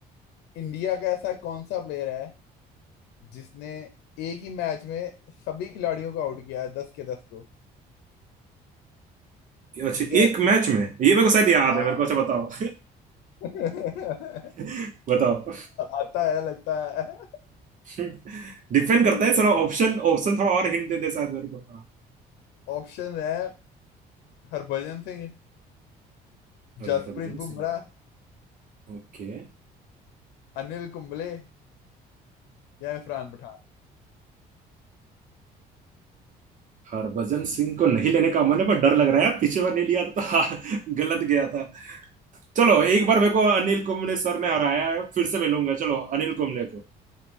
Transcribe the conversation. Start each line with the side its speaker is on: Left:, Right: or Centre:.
Left: इंडिया का ऐसा कौन सा प्लेयर है जिसने एक ही मैच में सभी खिलाड़ियों को आउट किया है दस के दस को
Right: अच्छा
Left: ठीक है
Right: एक मैच
Left: मतलब
Right: में ये मेरे को शायद याद
Left: हाँ
Right: है मेरे को अच्छा बताओ
Left: <laughs> अ,
Right: <laughs> बताओ
Left: आता है लगता है
Right: <laughs> डिपेंड करता
Left: ठीक
Right: है
Left: है
Right: थोड़ा ऑप्शन ऑप्शन थोड़ा और हिंट दे दे शायद मेरे को हाँ।
Left: ऑप्शन है हरभजन सिंह
Right: अरे
Left: जसप्रीत
Right: हरभजन
Left: बुमराह
Right: सिंह ओके
Left: अनिल कुंबले या इरफान पठान
Right: हरभजन सिंह को नहीं लेने का मन है पर डर लग रहा है पीछे बार नहीं लिया था तो <laughs> गलत गया था चलो एक बार मेरे को अनिल कुंबले सर ने हराया है फिर से मिलूंगा चलो अनिल कुंबले को